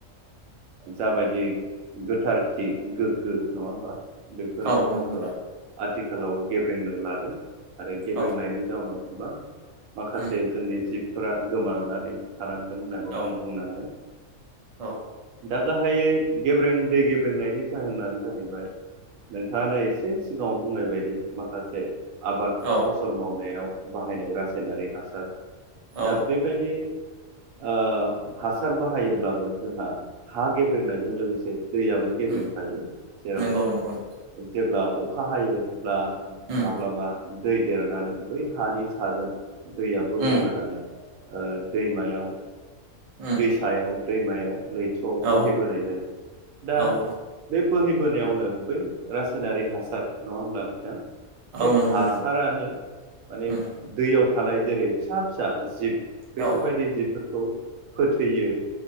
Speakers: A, on the right; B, on the right.
A: जाबायदि गोथारथि गोग्गो नङा होमबा? बेफोरो
B: औ नंगौ
A: बुस्थुआ
B: नोंथां
A: आथिखालाव गेब्रेंनो लादों। आरो गेब्रेंनायनि
B: औ
A: जाउनाव गोबां माखासे
B: उम
A: जोंनि जिबफोरा गोमानानै थानांदों होननानै
B: औ
A: आं बुंनांगोन।
B: औ
A: दा गाहायै गेब्रें दै गेब्रेंनायनि जाहोनानो जाहैबाय। नोंथाङानो एसे सिगाङाव बुंनाय बायदि माखासे आबाद
B: औ
A: फसल मावनायाव बाहायनाय रासायनारि हासार
B: औ
A: दा बे बेबायदि ओ हासार बाहायोब्लाबो जोंहा हा गेब्रेंनायजों लोगोसे दैयाबो गेब्रेंफायो
B: उम
A: जेराव
B: नंगौ नंगौ
A: जेब्ला अखा हायोब्ला
B: उम
A: माब्लाबा दै देरनानै बै हानि साजों दैया बोहैबोनानै
B: उम
A: ओ दैमायाव
B: उम
A: दै सायाव दैमायाव लैथोआव
B: औ
A: बोहैबोनाय जायो दा
B: औ औ
A: बे बोहैबोनायावनो बै रासायनारि हासार नङा होमब्ला नोंथां? बे
B: औ नंगौ
A: हासारानो
B: नोंथां
A: माने
B: उम
A: दैयाव थानाय जेरै फिसा फिसा जिब बेैसोरबायायदि
B: औ
A: जिबफोरखौ फोथैयो